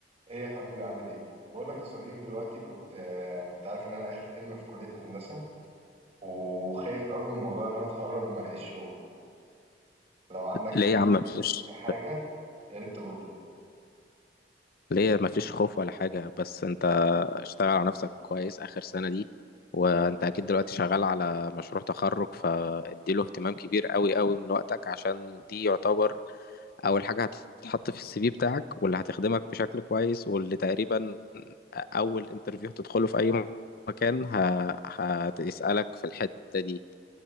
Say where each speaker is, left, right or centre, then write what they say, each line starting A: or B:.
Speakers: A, on the right (about 35°); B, on the left (about 55°).
A: ايه يا حبيبي عامل ايه بقول لك يا صديقي دلوقتي كنت آه، انت عارف ان انا اخر ترم في كلية هندسة وخايف قوي من موضوع ان انا اتخرج وما الاقيش شغل لو عندك
B: ليه
A: اي
B: يا عم مفيش
A: حاجة يا ريت تقول لي
B: ليه مفيش خوف ولا حاجة بس انت اشتغل على نفسك كويس آخر سنة دي وانت أكيد دلوقتي شغال على مشروع تخرج فاديله اهتمام كبير قوي قوي من وقتك عشان دي يعتبر أول حاجة هتتحط في السي في بتاعك واللي هتخدمك بشكل كويس واللي تقريبا أول انترفيو هتدخله في أي مكان ه... هتسألك في الحتة دي